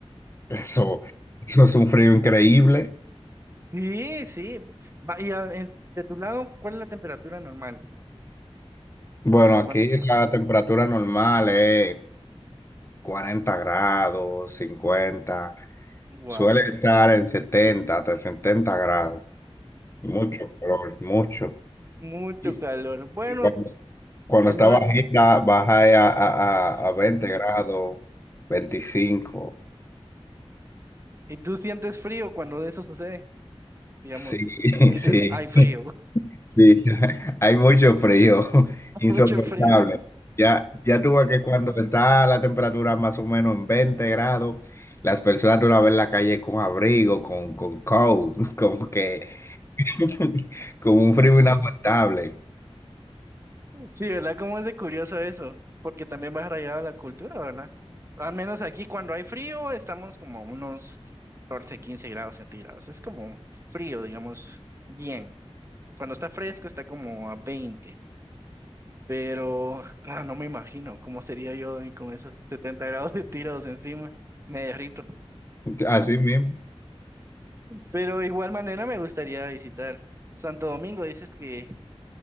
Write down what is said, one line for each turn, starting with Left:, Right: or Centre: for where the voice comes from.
Left: Eso, eso es un frío increíble.
Right: Sí, sí. Va- y a- en- de tu lado, ¿cuál es la temperatura normal?
Left: Bueno,
Right: ¿A
Left: Mm.
Right: cuánto
Left: aquí
Right: se mantiene?
Left: la temperatura normal es 40 grados, cincuenta
Right: Wow,
Left: Suele estar en 70 hasta 70 grados. Mucho calor, mucho.
Right: mucho
Left: Y,
Right: calor. Bueno,
Left: y cuando, cuando
Right: al
Left: está
Right: menos...
Left: bajita, baja a, a, a a
Right: ujú.
Left: 20 grados, veinticinco
Right: ¿Y tú sientes frío cuando eso sucede? Digamos,
Left: Sí, <laughs>
Right: dices,
Left: sí.
Right: hay frío,
Left: Sí, <laughs> hay mucho frío, <laughs>
Right: <laughs>
Left: insoportable.
Right: mucho frío.
Left: Ya, ya tú ves que cuando está la temperatura más o menos en 20 grados, las personas tú las ves en la calle con abrigo, con, con coat, <laughs> como que <laughs> con un frío inaguantable.
Right: Sí, ¿verdad? ¿Cómo es de curioso eso? Porque también va arraigado a la cultura, ¿verdad? Al menos aquí cuando hay frío estamos como a unos 14 15 grados centígrados. Es como frío, digamos, bien. Cuando está fresco está como a veinte pero ah, no me imagino cómo sería yo con esos 70 grados centígrados encima. Me derrito.
Left: Así mismo.
Right: Pero de igual manera me gustaría visitar. Santo Domingo, dices que